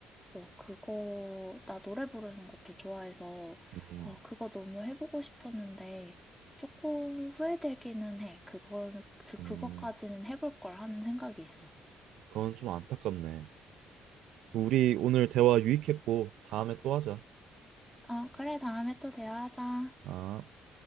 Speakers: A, in the centre; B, on the right (about 85°).
A: 어, 그거, 나 노래 부르는 것도 좋아해서,
B: 음,
A: 어, 그거 너무 해보고 싶었는데, 조금 후회되기는 해. 그거, 그, 그거까지는
B: 음,
A: 해볼 걸 하는 생각이 있어.
B: 그건 좀 안타깝네. 우리 오늘 대화 유익했고 다음에 또 하자.
A: 어, 그래, 다음에 또 대화하자.
B: 아.